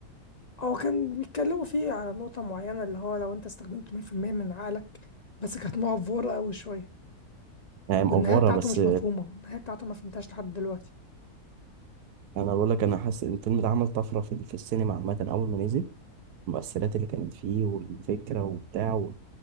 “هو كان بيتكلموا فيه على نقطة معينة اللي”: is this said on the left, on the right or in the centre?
Left